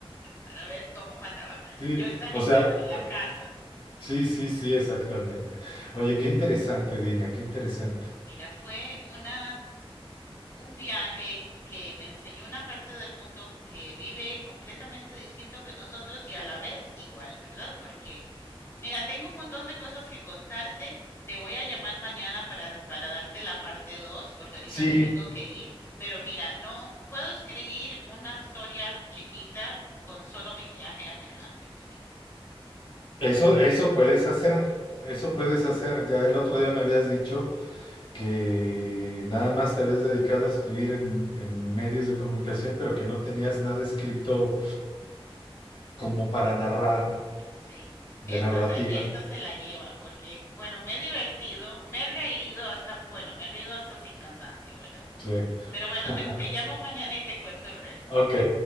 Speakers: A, on the left (about 25°); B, on the left (about 60°).
A: para ver cómo mandaba
B: Sí,
A: yo a esta gente
B: o sea,
A: para la casa.
B: Sí, sí, sí, exactamente. Oye, qué interesante, Dina, qué interesante.
A: Mira, fue una un viaje que me enseñó una parte del mundo que vive completamente distinto que nosotros y a la vez igual, ¿verdad? Porque, mira, tengo un montón de cosas que contarte. Te voy a llamar mañana para, para darte la parte 2, porque ahorita
B: Sí,
A: me tengo que ir. Pero mira, no puedo escribir una historia chiquita con solo mi viaje a Finlandia, te digo.
B: eso, eso puedes hacer, eso puedes hacer. Ya el otro día me habías dicho que nada más te habías dedicado a escribir en, en medios de comunicación, pero que no tenías nada escrito como para narrar,
A: Sí,
B: de
A: esta
B: narrativa.
A: se, esta se la lleva porque, bueno, me he divertido, me he reído hasta, bueno, me he reído hasta sin cansancio, ¿verdad?
B: Sí.
A: Pero bueno,
B: <laughs>
A: te, te llamo mañana y te cuento el resto,
B: Ok,
A: ¿ok?